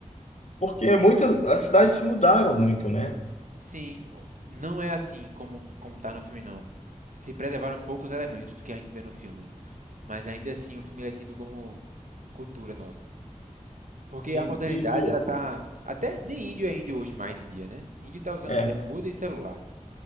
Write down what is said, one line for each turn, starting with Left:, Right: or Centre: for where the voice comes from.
Left: Porque muitas, as cidades se mudaram muito, né?
Right: Sim, o- não é assim como como tá no filme não. Se preservaram poucos elementos do que a gente vê no filme, mas ainda assim o filme ele é tido como cultura nossa. Porque
Left: e,
Right: a modernidade
Left: e no.
Right: ela tá até nem índio é índio hoje mais em dia, né? Índio tá usando
Left: É.
Right: bermuda e celular,